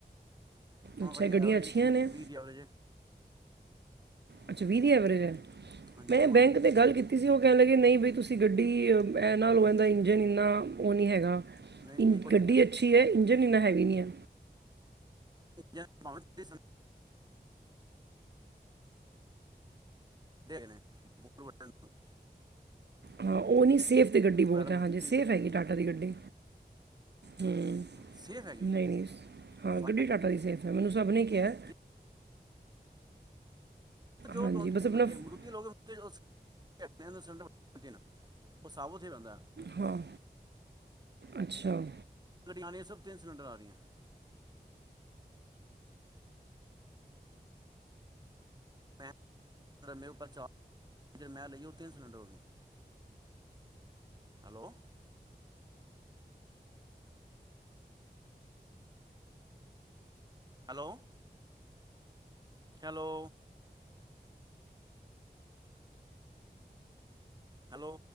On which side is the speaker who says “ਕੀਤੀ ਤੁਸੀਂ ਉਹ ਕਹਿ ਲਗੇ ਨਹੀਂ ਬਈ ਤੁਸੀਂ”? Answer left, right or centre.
Right